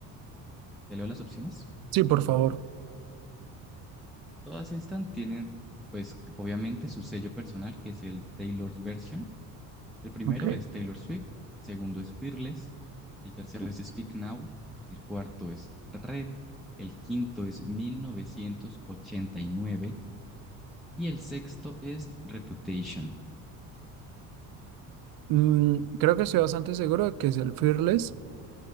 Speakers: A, in the centre; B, on the right.
A: ¿Te leo las opciones?
B: Sí, por favor.
A: Todas estas tienen, pues, obviamente su sello personal, que es el Taylor's Version. El primero
B: Ok.
A: es Taylor Swift, el segundo es Fearless, el tercero es Speak Now, el cuarto es Red, el quinto es 1989 y nueve y el sexto es Reputation.
B: Mm, creo que estoy bastante seguro de que es el Fearless.